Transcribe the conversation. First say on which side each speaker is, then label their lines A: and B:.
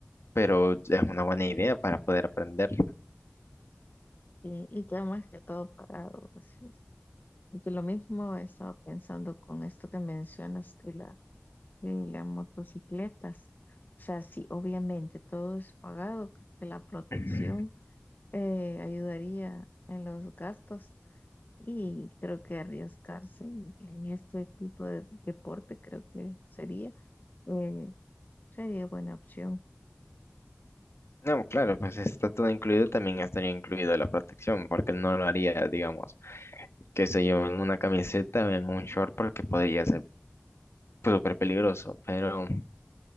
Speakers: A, on the left; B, on the left.
A: pero es una buena idea para poder aprenderlo.
B: y, y ya más que todo pagado. así es. Porque lo mismo estaba pensando con esto que mencionas de la, de las motocicletas. O sea, sí, obviamente todo es pagado, creo que la protección
A: <clears throat>
B: eh, ayudaría en los gastos y creo que arriesgarse en, en este tipo de deporte creo que sería, eh, sería buena opción.
A: No, claro, pues está todo incluido, también estaría incluido la protección, porque no lo haría, digamos, qué sé yo, en una camiseta o en un short, porque podría ser súper peligroso, pero...